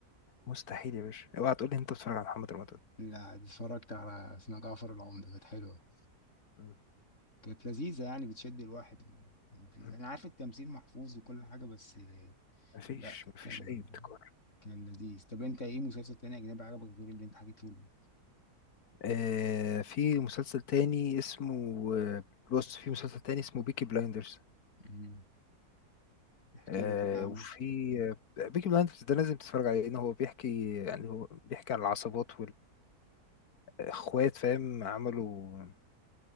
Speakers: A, on the left; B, on the left.
A: مستحيل يا باشا اوعى تقول لي انت بتتفرج على محمد رمضان
B: لا اتفرجت على اسمها جعفر العمدة كانت حلوه
A: مم.
B: كانت لذيذه يعني بتشد الواحد في-
A: مم.
B: انا عارف التمثيل محفوظ وكل حاجه بس
A: مفيش
B: لا
A: مفيش
B: كان
A: اي ابتكار
B: كان لذيذ طب انت ايه مسلسل تاني اجنبي عجبك غير اللي انت حكيته لي
A: آه في مسلسل تاني اسمه آه، بص في مسلسل تاني اسمه بيكي بلايندرز
B: مم. احكي
A: آه
B: لي كده عنه
A: وفي آه، بيكي بلايندرز ده لازم تتفرج عليه لان هو بيحكي يعني هو بيحكي عن العصابات والاخوات فاهم عملوا